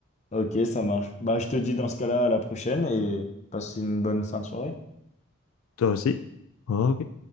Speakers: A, on the left; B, on the left.
A: ok, ça marche. Bah, je te dis dans ce cas-là à la prochaine et passe une bonne fin de soirée.
B: Toi aussi. OK.